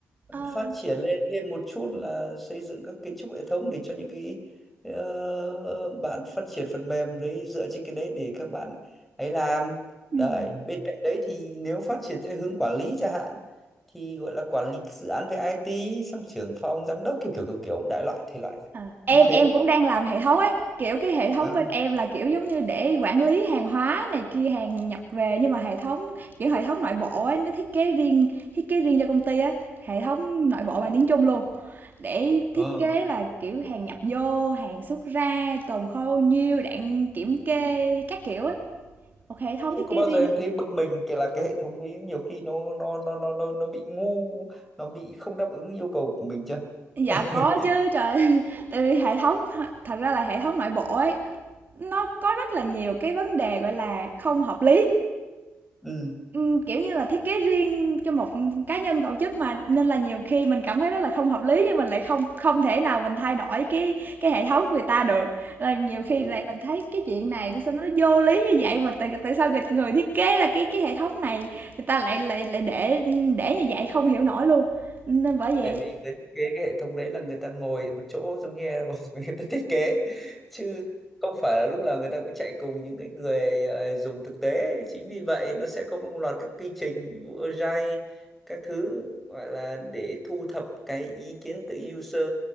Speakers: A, on the right; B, in the centre.
A: ờ.
B: phát triển lên thêm một chút là xây dựng các kiến trúc hệ thống để cho những cái ờ, bạn phát triển phần mềm đấy dựa trên cái đấy để các bạn ấy làm
A: Ừm,
B: đấy Ừ. bên cạnh đấy thì nếu phát triển theo hướng quản lý chẳng hạn thì gọi là quản lý cái dự án về IT xong trưởng phòng giám đốc kiểu kiểu kiểu kiểu đại loại thể loại
A: ờ, em
B: như thế
A: em cũng đang làm hệ thống ấy, kiểu, cái hệ thống
B: À,
A: bên em là, kiểu, giống như để quản lý hàng hóa này kia, hàng nhập về, nhưng mà hệ thống, kiểu, hệ thống nội bộ ấy, nó thiết kế riêng thiết kế riêng cho công ty ấy, hệ thống nội bộ bằng tiếng Trung luôn. Để
B: ờ.
A: thiết kế là, kiểu, hàng nhập vô, hàng xuất ra, tồn kho bao nhiêu, đạn kiểm kê các kiểu ấy. Một hệ thống
B: thế
A: thiết
B: có
A: kế
B: bao
A: riêng.
B: giờ em thấy bực mình kể là cái hệ thống đấy nhiều khi nó nó nó nó nó nó bị ngu nó bị không đáp ứng yêu cầu của mình chưa
A: Dạ
B: <laughs>
A: có chứ, trời <laughs> tại vì hệ thống thật ra là hệ thống nội bộ ấy, nó có rất là nhiều cái vấn đề, gọi là, không hợp lý.
B: ừ
A: Ừm, kiểu như là, thiết kế riêng cho một cá nhân, tổ chức mà, nên là nhiều khi mình cảm thấy rất là không hợp lý nhưng mình lại không không thể nào mình thay đổi cái cái hệ thống người ta được. Là nhiều khi
B: đúng
A: lại mình thấy cái chuyện này nó sao nó vô lý như vậy mà tại tại sao người người thiết kế ra cái cái hệ thống này người ta lại lại lại để để như vậy, không hiểu nổi luôn. Nên bởi vậy
B: tại vì người thiết kế cái hệ thống đấy là người ta ngồi một chỗ giống như là <laughs> người ta thiết kế chứ không phải là lúc nào người ta cũng chạy cùng những cái người ờ, dùng thực tế chính vì vậy nó sẽ có một loạt các quy trình ví dụ Agile các thứ gọi là để thu thập cái ý kiến từ user